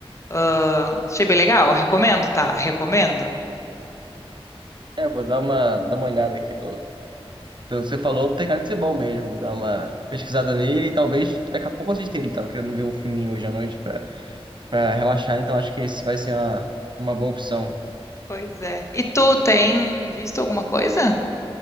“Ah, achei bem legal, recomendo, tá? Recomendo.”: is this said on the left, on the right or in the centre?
Left